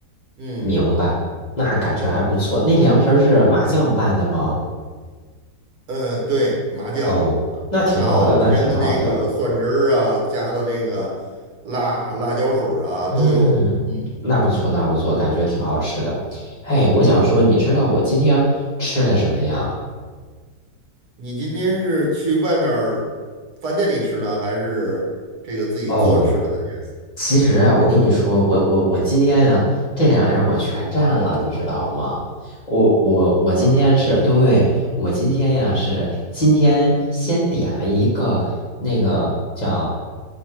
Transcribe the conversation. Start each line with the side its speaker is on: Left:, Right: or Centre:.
Right: 嗯
Left: 明白，那感觉还不错。那凉皮儿是麻酱拌的吗？
Right: 呃，对，麻酱，
Left: 哦，那挺好的，
Right: 然后添的那个蒜汁儿啊，
Left: 那挺好的。
Right: 加的那个辣辣椒水儿啊都有。
Left: 嗯，
Right: 嗯
Left: 那不错，那不错，感觉挺好吃的。哎，我想说，
Right: 嗯，
Left: 你知道我今天吃的什么呀？
Right: 你今天是去外面儿饭店里吃呢，还是这个自己做着吃的在家
Left: 哦。其实啊，我跟你说，我我我今天呀，这两样我全占了，你知道吗？我我我今天是对，
Right: 啊？
Left: 我今天呀、是今天先点了一个那个叫